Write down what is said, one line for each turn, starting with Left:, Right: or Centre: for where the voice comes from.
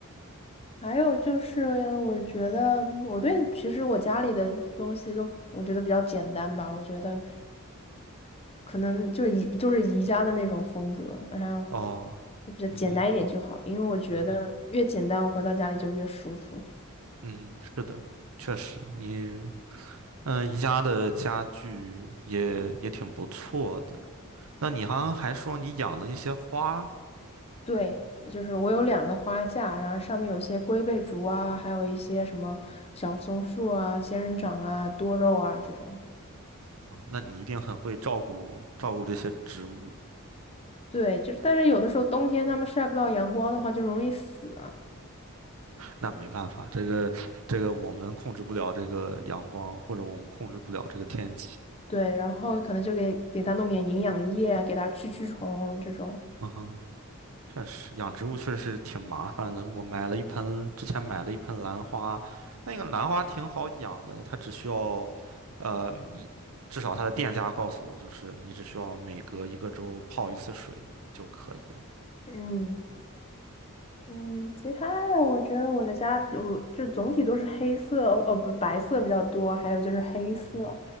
Left: 还有就是，我觉得我对其实我家里的东西都我觉得比较简单吧，我觉得可能就宜就是宜家的那种风格，然后
Right: 哦，
Left: 就比较简嗯单一点就好，
Right: 嗯哼，
Left: 因为我觉得越简单，
Right: 嗯哼，
Left: 我回到家里就越舒服。
Right: 嗯，是的，确实，你嗯宜家的家具也也挺不错的。那你好像还说你养了一些花。
Left: 对，就是我有两个花架，然后上面有些龟背竹啊，还有一些什么小松树啊、仙人掌啊、多肉啊这种。
Right: 哇那你一定很会照顾照顾这些植物，
Left: 对，就是但是有的时候冬天它们晒不到阳光的话，就容易死啊。
Right: 那没办法，这个这个我们控制不了这个阳光，或者我们控制不了这个天气。
Left: 对，然后可能就给给它弄点营养液啊给它驱驱虫这种。
Right: 嗯哼，确实，养植物确实挺麻烦的。我买了一盆，之前买了一盆兰花，那个兰花挺好养的，它只需要，呃，一至少它的店家告诉我，就是你只需要每隔一个周泡一次水就可以了。
Left: 嗯嗯，其他的我觉得我的家我就总体都是黑色，呃不白色比较多，还有就是黑色，
Right: 嗯哼，